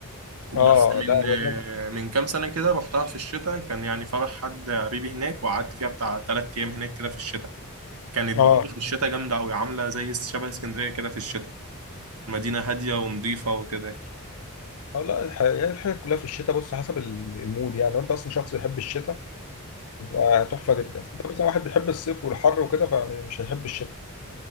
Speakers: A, on the right; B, on the left.
A: بس
B: اه
A: من
B: لا هو هناك
A: من كام سنة كده رحتها في الشتاء كان يعني فرح حد قريبي هناك وقعدت فيها بتاع تلات أيام هناك كده في الشتاء كانت
B: اه
A: برضه في الشتاء جامدة أوي عاملة زي شبه اسكندرية كده في الشتاء مدينة هادية ونظيفة وكده يعني
B: اه لا الح- هي الحاجة كلها في الشتاء بص حسب ال- المود يعني لو انت اصلا شخص بيحب الشتاء بتبقى تحفة جدا انت مثلا واحد بيحب الصيف والحر وكده فمش هيحب الشتاء